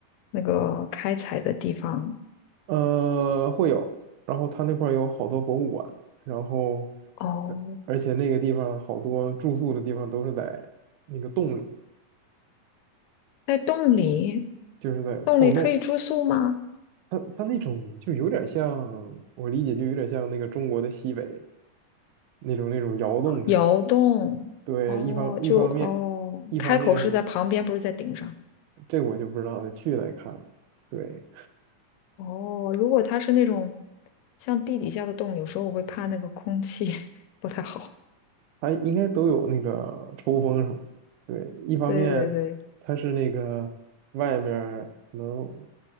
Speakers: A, on the left (about 85°); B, on the right (about 80°).
A: 那个开采的地方？
B: 呃，会有。然后它那块儿有好多博物馆，然后，
A: 哦，
B: 而而且那个地方好多住宿的地方都是在那个洞里，
A: 在洞里，
B: 就是在矿洞。
A: 洞里可以住宿吗？
B: 它它那种就有点像，我理解就有点像那个中国的西北那种那种窑洞似的。
A: 窑洞，
B: 对，
A: 哦，
B: 一方一方面，
A: 就哦，
B: 一方面是
A: 开口是在旁边，不是在顶上。
B: 这我就不知道，得去来看了。对，
A: 哦，如果它是那种像地底下的洞，有时候我会怕那个空气 <laughs> 不太好。
B: 它应该都有那个抽风什么的。对，一方面它是那个外面儿可能
A: 对对对，